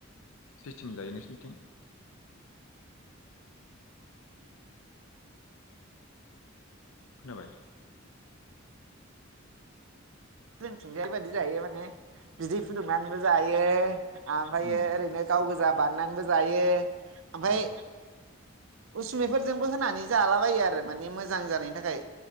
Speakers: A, on the left; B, on the right.
A: सिस्टेम जायो नोंसिनिथिं? खोनाबाय?
B: जोंथिंजाय बायदि जायो माने बिदै फुदुंनानैबो जायो। ओमफ्रायो
A: उम
B: ओरैनो गाव गोजा बाननानैबो जायो। ओमफ्राय
A: औ
B: उसुमिफोरजोंबो होनानै जालाबायो आरो माने मोजां जानायनि थाखाय।